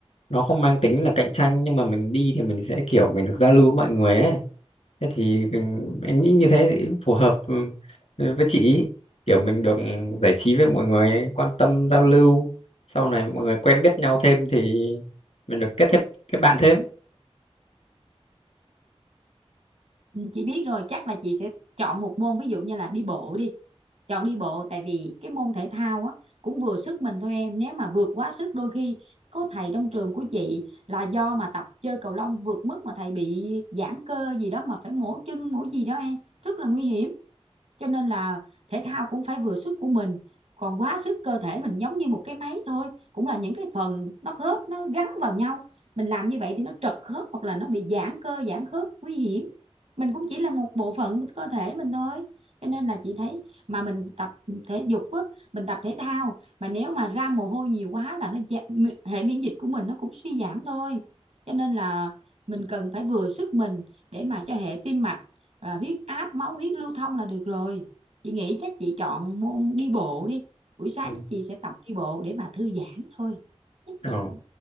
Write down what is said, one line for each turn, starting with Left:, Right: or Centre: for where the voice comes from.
Left: nó không mang tính là cạnh tranh nhưng mà mình đi thì mình sẽ kiểu mình được giao lưu với mọi người ấy thế thì ừ, em nghĩ như thế thì phù hợp ừ, với chị ý. kiểu mình được giải trí với mọi người ấy, quan tâm giao lưu sau này mọi người quen biết nhau thêm thì mình được kết thêm kết bạn thêm
Right: Ừ, chị biết rồi chắc là chị sẽ chọn một môn ví dụ như là đi bộ đi chọn đi bộ tại vì cái môn thể thao á cũng vừa sức mình thôi em nếu mà vượt quá sức đôi khi có thầy trong trường của chị là do mà tập chơi cầu lông vượt mức mà thầy bị giãn cơ gì đó mà phải mổ chân mổ gì đó em rất là nguy hiểm cho nên là thể thao cũng phải vừa sức của mình còn quá sức cơ thể mình giống như một cái máy thôi cũng là những cái phần nó khớp nó gắn vào nhau mình làm như vậy thì nó trật khớp hoặc là nó bị giãn cơ giãn khớp nguy hiểm mình cũng chỉ là một bộ phận cơ thể mình thôi cho nên là chị thấy mà mình tập thể dục á mình tập thể thao mà nếu mà ra mồ hôi nhiều quá là nó dạ- hệ miễn dịch của mình nó cũng suy giảm thôi cho nên là mình cần phải vừa sức mình để mà cho hệ tim mạch à, huyết áp máu huyết lưu thông là được rồi chị nghĩ chắc chị chọn môn đi bộ đi buổi sáng
Left: ừ.
Right: chị sẽ tập đi bộ để mà thư giãn thôi chắc
Left: ờ
Right: vậy